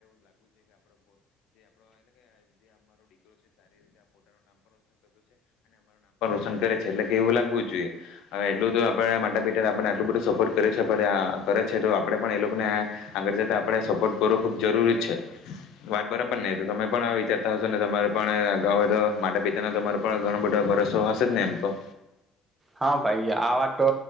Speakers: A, on the left (about 75°); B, on the right (about 25°).
A: તો <unintelligible> એટલે કે એવું લાગવું જ જોઈએ હવે એટલું તો આપડ માતા પિતા આપણને આટલું બધું સપોર્ટ કરે છે, કરે છે તો આપણેે પણ એ લોકોને આગળ જતા આપણે સપોર્ટ કરવો ખુબ જરૂરી છે, વાત બરાબર ને તો તમે પણ વિચારતા હશો ને તમારે પણા તો માતા પિતા તમારો પણ ઘણો બધો ભરોસો <unintelligible> ને <unintelligible> તો.
B: હા ભાઈ આ વાત તો